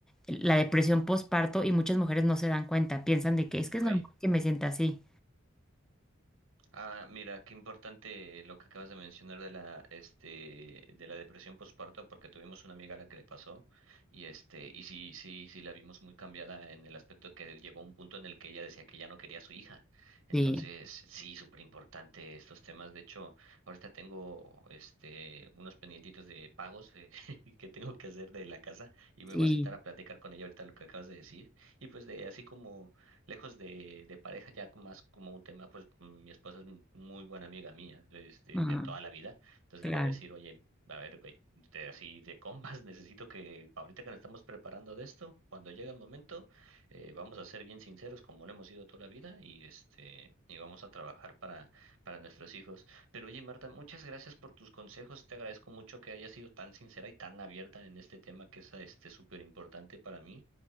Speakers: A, in the centre; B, on the right (about 70°).
A: la depresión postparto y muchas mujeres no se dan cuenta, piensan de que es que
B: Ok,
A: es normal que me sienta así.
B: Ah, mira, qué importante lo que acabas de mencionar de la, este, de la depresión postparto, porque tuvimos una amiga a la que le pasó, y este, y sí, sí, sí la vimos muy cambiada en el aspecto que llegó a un punto en el que ella decía que ya no quería a su hija. Entonces,
A: Sí,
B: sí, súper importante estos temas. De hecho, ahorita tengo, este, unos pendientitos de pagos eh, <laughs> que tengo que hacer de la casa, y me
A: sí,
B: voy a sentar a platicar con ella ahorita lo que acabas de decir, y pues de así como lejos de, de pareja, ya con más como un tema, pues mi esposa es muy buena amiga mía desde
A: ah,
B: de toda la vida, entonces
A: claro.
B: le voy a decir, oye, a ver, güey, de- así de combas, <laughs> necesito que pa' ahorita que nos estamos preparando de esto, cuando llegue el momento, eh, vamos a ser bien sinceros, como lo hemos sido toda la vida, y este, y vamos a trabajar para, para nuestros hijos. Pero oye, Marta, muchas gracias por tus consejos. Te agradezco mucho que hayas sido tan sincera y tan abierta en este tema que es este súper importante para mí.